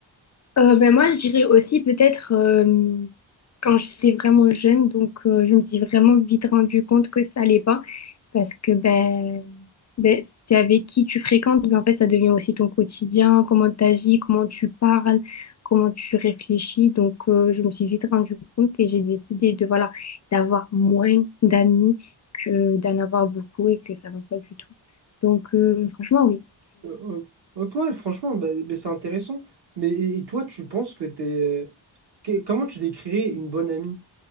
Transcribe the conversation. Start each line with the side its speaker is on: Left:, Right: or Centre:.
Left: Euh, ben moi, je dirais aussi peut-être euh, quand j'étais vraiment jeune, donc euh, je me suis vraiment vite rendu compte que ça allait pas, parce que ben, ben c'est avec qui tu fréquentes, ben en fait ça devient aussi ton quotidien, comment tu agis, comment tu parles, comment tu réfléchis. Donc euh, je me suis vite rendu compte et j'ai décidé de voilà d'avoir moins d'amis que d'en avoir beaucoup et que ça va pas du tout. Donc euh, franchement oui,
Right: Euh, euh, ok, ouais, franchement, bah, bah, c'est intéressant. Mais et, et toi, tu penses que t'es... euh, que- comment tu décrirais une bonne amie